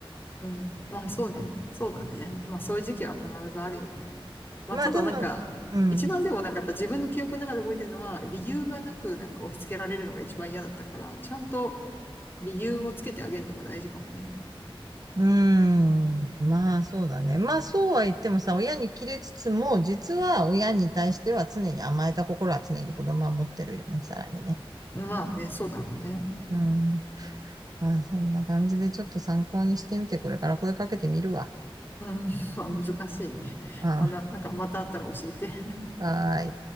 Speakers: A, on the left; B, on the right.
A: うん。まあそうね。そうだね。まあそういう時期は必ずあるよね。まあただなんか、
B: まあ、でも、うん。
A: 一番でもなんかやった自分の記憶の中で覚えてるのは、理由がなくなんか押し付けられるのが一番嫌だったから、ちゃんと理由をつけてあげるのが大事かもね。
B: うーん。まあ、そうだね。まあ、そうは言ってもさ、親に切れつつも、実は親に対しては常に甘えた心は常に子供は持ってるよね、さらにね。
A: まあね、そうだろうね。
B: うん。まあ、そんな感じでちょっと参考にしてみて、これから声かけてみるわ。
A: うん。<laughs> まあ難しいね。
B: うん。は
A: まあな、なんかまたあったら教えて。
B: ーい。